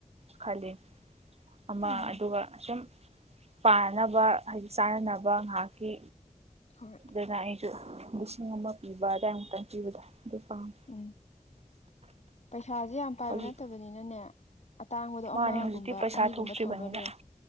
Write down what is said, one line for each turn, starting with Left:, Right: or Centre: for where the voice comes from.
Right: ꯈꯜꯂꯤꯅꯤ ꯑꯃ
Left: ꯎꯝ
Right: ꯑꯗꯨꯒ ꯁꯨꯝ ꯄꯥꯅꯕ ꯍꯥꯏꯗꯤ ꯆꯥꯅꯅꯕ ꯉꯥꯏꯍꯥꯛꯀꯤ
Left: ꯍꯣꯏ
Right: ꯑꯗꯨꯅ ꯑꯩꯖꯨ ꯂꯤꯁꯤꯡ ꯑꯃ ꯄꯤꯕ ꯑꯗꯥꯏ ꯃꯨꯛꯇꯪ ꯄꯤꯕꯗꯣ ꯑꯗꯨ ꯄꯥꯝꯃꯦ
Left: ꯎꯝ ꯄꯩꯁꯥꯖꯦ ꯌꯥꯝ ꯄꯥꯏꯕ
Right: ꯍꯧꯖꯤꯛ
Left: ꯅꯠꯇꯕꯅꯤꯅꯅꯦ ꯑꯇꯥꯡꯕꯗꯣ
Right: ꯃꯥꯅꯦ
Left: ꯑꯃꯒꯨꯝꯕ
Right: ꯍꯧꯖꯤꯛꯇꯤ ꯄꯩꯁꯥ
Left: ꯑꯅꯤꯒꯨꯝꯕ
Right: ꯊꯣꯛꯇ꯭ꯔꯤꯕꯅꯤꯅ
Left: ꯊꯝꯒ꯭ꯔꯥ ꯂꯣꯏꯔꯦ